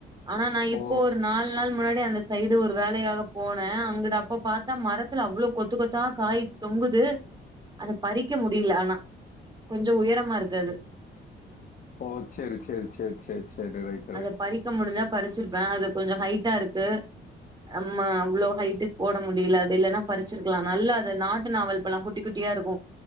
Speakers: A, on the right (about 20°); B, on the left (about 50°).
A: ஆனா நா இப்போ
B: ஓ
A: ஒரு நாலு நாள் முன்னாடி அந்த சைடு ஒரு வேலையாக போனே அங்க அப்ப பாத்தா மரத்துல அவ்வளோ கொத்து கொத்தா காய் தொங்குது அத பறிக்க முடியல ஆனா கொஞ்சு உயரமா இருக்கு அது
B: ஓ சேரி சேரி சேரி சேரி சேரி ரைட்
A: அத பறிக்க முடிஞ்சா பறிசிருப்ப அது கொஞ்சு ஹைட்டா இருக்கு நம்மா அவ்ளோ ஹைட்டு போட முடியல அது இல்லன்னா பறிசிருக்கலா நல்லா அது நாட்டு நாவல் பழம் குட்டி குட் ட்டியா இருக்கு